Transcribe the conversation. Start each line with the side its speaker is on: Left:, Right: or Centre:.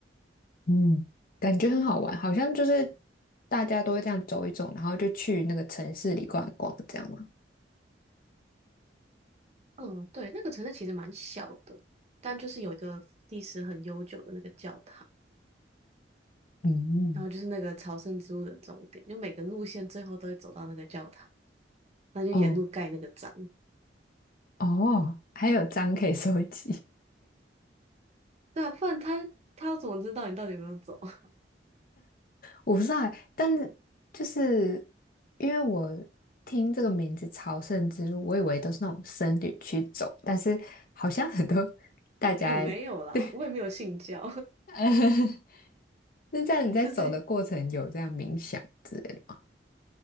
Left: 嗯，感觉很好玩，好像就是大家都会这样走一走，然后就去那个城市里逛一逛，这样吗？
Right: 嗯，对，那个城市其实蛮小的，但就是有一个历史很悠久的那个教堂。
Left: 嗯，
Right: 然后就是那个朝圣之路的终点，就每个路线最后都会走到那个教堂，那就沿路盖那个章。
Left: 哦哦，还有章可以收集。
Right: 对啊，不然他他要怎么知道你到底有没有走？<laughs>
Left: 我不知道欸，但是就是因为我听这个名字“朝圣之路”，我以为都是那种僧侣去走，但是好像很多大家，
Right: 也没有啦，
Left: 对，
Right: 我也没有信教，
Left: <laughs> 那这样你在走的过程有这样冥想之类的吗？
Right: <laughs> 就是